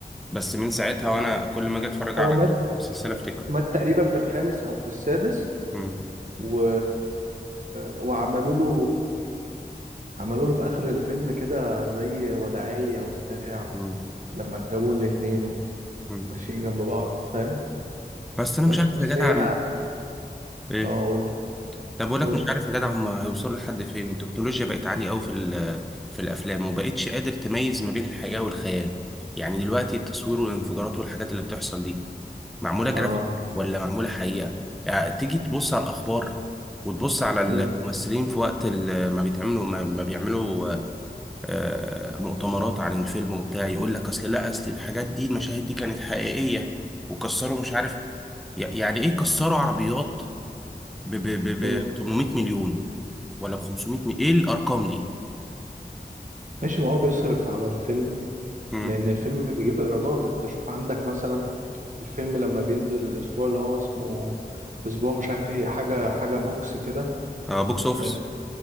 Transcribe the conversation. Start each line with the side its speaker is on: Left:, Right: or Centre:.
Centre: بس من ساعتها وانا كل ما اجي اتفرج على
Right: هو مات
Centre: السلسله افتكره
Right: مات تقريبا في الخامس او في السادس
Centre: مم.
Right: و... وعملوا له عملوا له في اخر الفيلم كده زي وداعية وبتاع
Centre: مم.
Right: لما جابوا الاتنين
Centre: مم.
Right: وماشيين جنب بعض فاهم
Centre: بس انا
Right: بس
Centre: مش عارف
Right: بس
Centre: يا جدع
Right: هي
Centre: الم- ايه
Right: اه قولي
Centre: طب بقول لك
Right: قولي
Centre: مش عارف يا جدع هم هيوصلوا لحد فين التكنولوجيا بقت عاليه قوي في ال- في الافلام وبقتش قادر تميز ما بين الحقيقه والخيال يعني دلوقتي التصوير والانفجارات والحاجات اللي بتحصل دي معمولة جرافيك
Right: اه
Centre: ولا معمولة حقيقة يعني تيجي تبص على الأخبار وتبص على
Right: مم.
Centre: الممثلين في وقت ال- ما بيتعملوا ما ما بيعملوا آه، مؤتمرات عن الفيلم وبتاع يقول لك أصل لا أصل الحاجات دي المشاهد دي كانت حقيقية وكسروا مش عارف ي- يعني إيه كسروا عربيات ب ب- ب-
Right: مم.
Centre: ب 800 مليون ولا ب 500 مليون إيه الأرقام دي؟
Right: ماشي ما هو بيصرف على الفيلم
Centre: مم.
Right: لان الفيلم بيجيب ايرادات انت شوف عندك مثلا الفيلم لما بينزل الاسبوع اللي هو اسمه اسبوع مش عارف ايه حاجة حاجة بوكس كده
Centre: آه بوكس أوفيس
Right: حلو